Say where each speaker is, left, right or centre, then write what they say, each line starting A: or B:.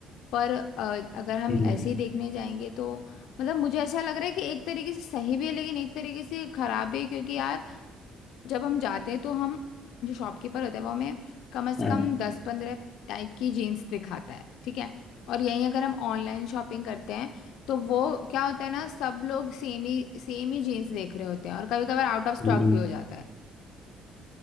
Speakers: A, on the left; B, on the left.
A: पर अ, अगर हम
B: हम्म
A: ऐसे ही देखने जाएंगे तो मतलब मुझे ऐसा लग रहा है कि एक तरीके से सही भी है लेकिन एक तरीके से खराब भी है क्योंकि यार जब हम जाते हैं तो हम जो शॉपकीपर होता है वो हमें कम से
B: हम्म
A: कम दस पंद्रह टाइप की जीन्स दिखाता है ठीक है और यहीं अगर हम ऑनलाइन शॉपिंग करते हैं तो वो क्या होता है ना सब लोग सेम ही सेम ही जीन्स देख रहे होते हैं और कभी कभार आउट ऑफ स्टॉक
B: हम्म,
A: भी हो जाता है